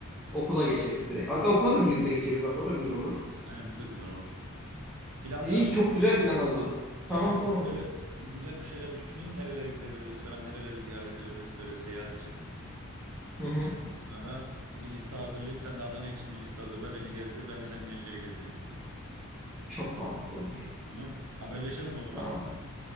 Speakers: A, in the centre; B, on the right.
A: Okula geçeriz direkt. Hatta okula da birlikte geçeriz. Bak o da güzel olur.
B: Aynen o da güzel olur. Planlayalım
A: İyi
B: o
A: çok
B: zaman
A: güzel
B: ben.
A: plan oldu. Tamam
B: Aynen
A: tamam.
B: ben böyle güzel bir şeyler düşüneyim. Nerelere gidebiliriz falan, nereleri ziyaret edebiliriz böyle seyahat için.
A: Hı hı.
B: Ondan sonra bir liste hazırlayayım. Sen de Adana için bir liste hazırla. Beni gezdir. Ben de seninle Nevşehir'i gezdireyim.
A: Çok mantıklı olur.
B: Tamam. Haberleşelim o zaman.
A: Tamam.